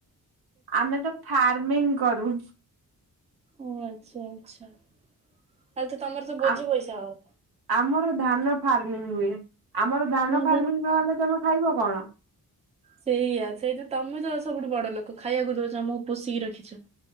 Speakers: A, on the right; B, on the right.
A: ଆମେ ତ ଫାର୍ମିଂ କରୁ।
B: ଓ ଆଚ୍ଛା ଆଚ୍ଛା। ତାହେଲେ ତ ତମର ତ ବୋଝେ
A: ଆ
B: ପଇସା ହବ।
A: ଆମର ଧାନ ଫାର୍ମ। ହୁଁ ହୁଏ। ଆମର ଧାନ
B: ମୁଁ
A: ଫାର୍ମିଂ
B: ତ
A: ନହେଲେ ତମେ ଖାଇବ କଣ?
B: ସେଇଆ ସେଇଟା ତମେ ତ ସବୁଠୁ ବଡ ଲୋକ ଖାଇବାକୁ ଦଉଛ ଆମକୁ ପୋଷିକି ରଖିଛ।